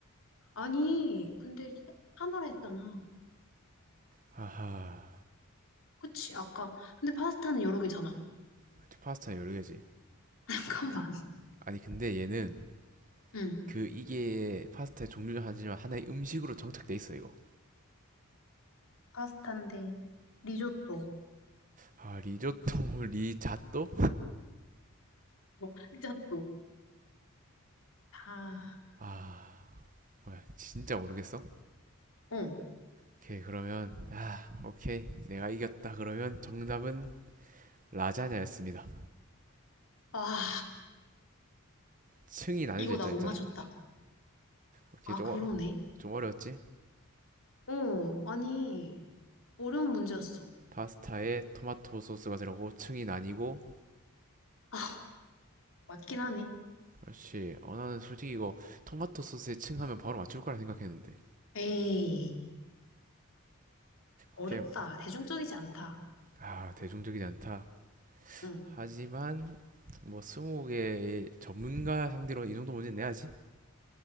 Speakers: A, on the left; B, on the right.
A: 아니, 근데 하나라 했잖아.
B: 하하.
A: 그치, 아까. 근데 파스타는 여러 개잖아.
B: 그 파스타 여러 개지.
A: <laughs> 잠깐만.
B: 아니, 근데 얘는
A: 응.
B: 그 이게 파스타의 종류는 하지만 하나의 음식으로 정착돼 있어, 이거.
A: 파스타인데, 리조또,
B: 아, 리조또, <laughs> 리자또?
A: 뭐, 피자또. 다,
B: 아, 뭐야, 진짜 모르겠어?
A: 어.
B: 오케이, 그러면, 아, 오케이. 내가 이겼다. 그러면 정답은 라자냐였습니다.
A: 아,
B: 층이 나뉘어져
A: 이거
B: 있자
A: 나 못
B: 했잖아.
A: 맞췄다.
B: 오케이,
A: 아,
B: 좀,
A: 그러네.
B: 어- 좀 어려웠지?
A: 어, 아니, 어려운 문제였어.
B: 파스타에 토마토 소스가 들어가고 층이 나뉘고,
A: 아, 맞긴 하네.
B: 그렇지. 어, 나는 솔직히 이거 토마토 소스에 층 하면 바로 맞출 거라 생각했는데.
A: 에이, 어렵다.
B: 오케이.
A: 대중적이지 않다.
B: 아, 대중적이지 않다.
A: 응.
B: 하지만 뭐 스무 개의 전문가 상대로 이 정도 문제는 내야지.